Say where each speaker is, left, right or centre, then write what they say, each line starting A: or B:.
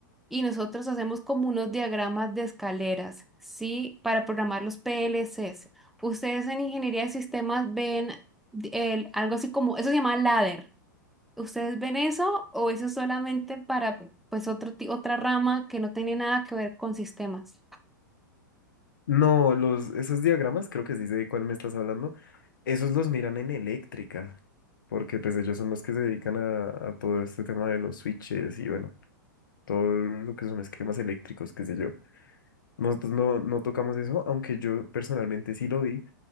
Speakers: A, in the centre; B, on the left.
A: y nosotros hacemos como unos diagramas de escaleras, ¿sí? Para programar los PLCs. Ustedes en ingeniería de sistemas ven el- algo así como, eso se llama ladder. ¿Ustedes ven eso o eso es solamente para pues otro, ti- otra rama que no tiene nada que ver con sistemas?
B: No, los, esos diagramas, creo que sí sé de cuál me estás hablando, esos los miran en eléctrica, porque pues ellos son los que se dedican a, a todo este tema de los switches y bueno, todo lo que son esquemas eléctricos, qué sé yo. Nosotros no, no tocamos eso, aunque yo personalmente sí lo vi,